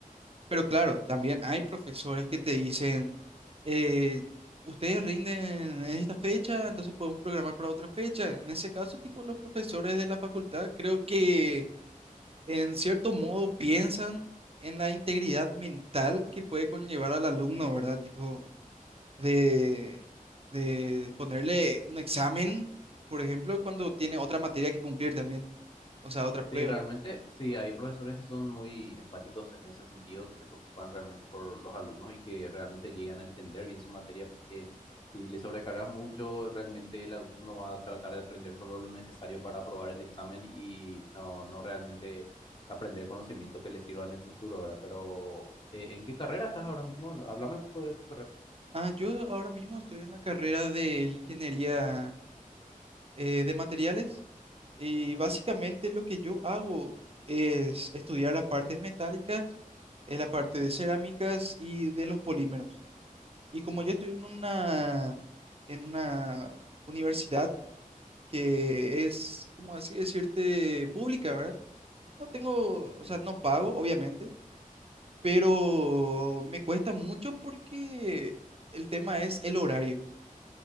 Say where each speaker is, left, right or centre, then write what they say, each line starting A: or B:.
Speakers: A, on the right; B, on the left.
A: Pero claro, también hay profesores que te dicen, eh, ustedes rinden en esta fecha, entonces podemos programar para otra fecha. En ese caso, tipo, los profesores de la facultad creo que en cierto modo piensan en la integridad mental que puede conllevar al alumno, ¿verdad? Tipo, de, de ponerle un examen, por ejemplo, cuando tiene otra materia que cumplir también, o sea, otra prueba.
B: Sí, realmente sí, hay profesores que son muy empáticos en ese sentido, que se preocupan realmente por los alumnos y que realmente llegan a entender bien su materia, porque si le sobrecargas mucho, realmente el alumno va a tratar de aprender solo lo necesario para aprobar el examen y no, no realmente aprender conocimiento que le sirva en el futuro, ¿verdad? Pero, eh, ¿en qué carrera estás ahora mismo? No, Háblame un poco de tu carrera.
A: Ah, yo ahora mismo estoy en la carrera de ingeniería eh, de materiales y
B: Ah,
A: básicamente lo que yo hago es estudiar las partes metálicas, eh, la parte de cerámicas y de los polímeros. Y como yo estoy en una, en una universidad que es, como así decirte, pública, ¿verdad? No tengo,
B: entiendo.
A: o sea, no pago, obviamente, pero me cuesta mucho porque el tema es el horario.